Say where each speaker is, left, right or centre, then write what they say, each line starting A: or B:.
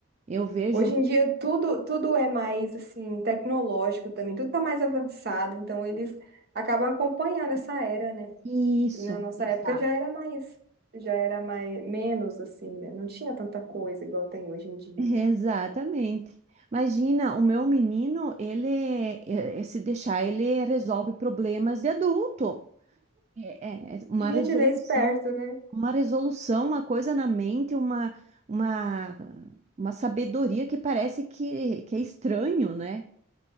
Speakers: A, on the right (about 30°); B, on the right (about 50°).
A: Eu vejo
B: Hoje em dia tudo, tudo é mais assim tecnológico também, tudo está mais avançado, então eles acabam acompanhando essa era, né?
A: isso.
B: E na nossa
A: Exato.
B: época já era mais, já era mais menos assim, né? Não tinha tanta coisa igual tem hoje em dia.
A: Exatamente. Imagina, o meu menino, ele, eh, se deixar, ele resolve problemas de adulto. É, é- é uma
B: Gente,
A: resolução,
B: ele é esperto, né?
A: uma resolução, uma coisa na mente, uma, uma, uma sabedoria que parece que, que é estranho, né?